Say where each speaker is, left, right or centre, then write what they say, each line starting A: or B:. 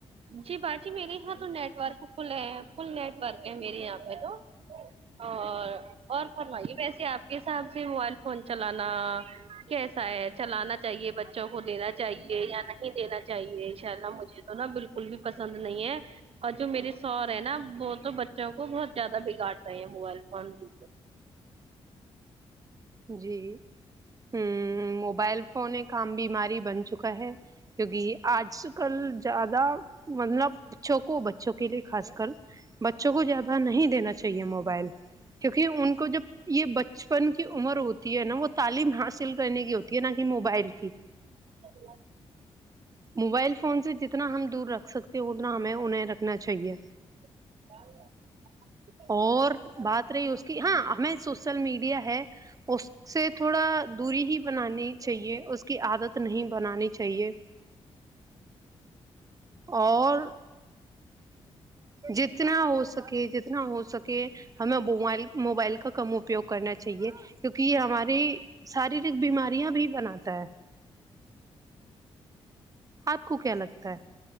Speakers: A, on the right; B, on the right.
A: جی باجی میرے یہاں تو نیٹورک فل ہے فل نیٹورک ہے میرے یہاں پہ تو اور اور فرمائیے ویسے آپ کے حساب سے موبائل فون چلانا کیسا ہے چلانا چاہیے بچوں کو دینا چاہیے یا نہیں دینا چاہیے ان شاء اللہ مجھے تو نا بالکل بھی پسند نہیں ہے اور جو میرے شوہر ہیں نا وہ تو بچوں کو بہت زیادہ بگاڑتے ہیں موبائل فون بھی
B: جی ہ موبائل فون ایک عام بیماری بن چکا ہے کیونکہ آج کل زیادہ مطلب بچوں کو بچوں کے لئے خاص کر بچوں کو زیادہ نہیں دینا چاہیے موبائل کیونکہ ان کو جب یہ بچ بچپن کی عمر ہوتی ہے نا وہ تعلیم حاصل کرنے کی ہوتی ہے نا کہ موبائل کی
A: <unintelligible>
B: موبائل فون سے جتنا ہم دور رکھ سکتے ہو اتنا ہمیں انہیں رکھنا چاہیے
A: <unintelligible>
B: اور بات رہی اس کی ہاں ہمیں سوشل میڈیا ہے اس سے تھوڑا دوری ہی بنانی چاہیے اس کی عادت نہیں بنانی چاہیے اور جتنا ہو سکے جتنا ہو سکے ہمیں بوئل موبائل کا کم اپیوگ کرنا چاہیے کیونکہ یہ ہمارے شاریرک بیماریاں بھی بناتا ہے آپ کو کیا لگتا ہے